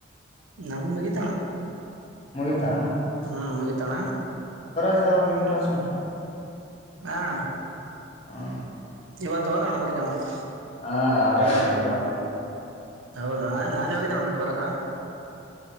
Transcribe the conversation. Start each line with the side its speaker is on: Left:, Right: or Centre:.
Right: ನನ್ ಮುಗಿತಣ
Left: ಮುಗಿತಾ
Right: ಹ್ಮ್ ಮುಗಿತಣ
Left: ಅವ್ರ ನಿ್ ಕ್ಲಸ್
Right: ಹಣ
Left: ಹೌ
Right: ಇವತ್ತೊದಣ ಗಾಮನ್
Left: ಹಾ ಆತಿದ್ದ
Right: ಹೌದಾ ನಾನು ಹೋಗಿದ್ದೇ ನ ಬಿಟ್ಟ ಬರಕ್ಕ